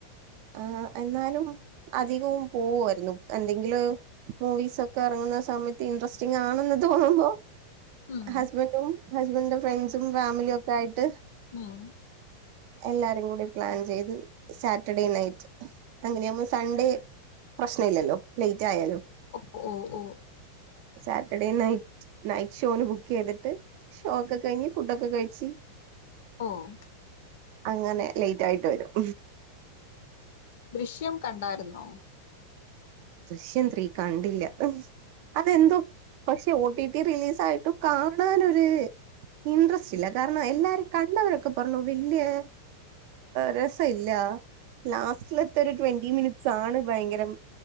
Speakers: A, on the right (about 45°); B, on the left (about 55°).
A: ആഹ് എന്നാലും അധികവും പോവ്വാര്ന്നു എന്തെങ്കില് ഇപ്പോ മൂവീസൊക്ക എറങ്ങുന്ന സമയത്ത് ഇൻട്രസ്റ്റിങ് ആണെന്ന് തോന്നുമ്പോ
B: ഉം
A: ഹസ്ബന്റും ഹസ്ബന്റിൻ്റെ ഫ്രണ്ട്സും ഫാമിലി ഒക്ക ആയിട്ട്
B: ഉം
A: എല്ലാരും കുടി പ്ലാൻ ചെയ്ത് സാ റ്റർഡേ നൈറ്റ് അങ്ങനെയാമ്പോ സൺഡേ പ്രശ്ന ഇല്ലല്ലോ ലെയ്റ്റായാലും.
B: ഓപ്പൊ ഒഹ് ഓഹ്
A: സാറ്റർഡേ നൈറ്റ് നൈറ്റ് ഷോന് ബുക്ക് ചെയ്തിട്ട് ഷോ ഒക്ക കയ്ഞ്ഞ് ഫുഡൊക്ക കയ്ച്ചി
B: ഓഹ്
A: അങ്ങനെ ലെയ്റ്റായിട്ട് വരും
B: ദൃശ്യം കണ്ടാര്ന്നോ
A: ദൃശ്യം ത്രീ കണ്ടില്ല. അതെന്തോ പക്ഷേ ഓ ടി ടി റിലീസായിട്ടും കാണാനൊര് ഇൻട്രസ്റ്റില്ല കാരണം എല്ലാരും കണ്ടവരൊക്ക പറഞ്ഞു വല്ല്യേ രസ ഇല്ല ലാസ്റ്റിലത്തൊരു ട്വന്റി മിനിറ്റ്സാണ് ഭയങ്കരം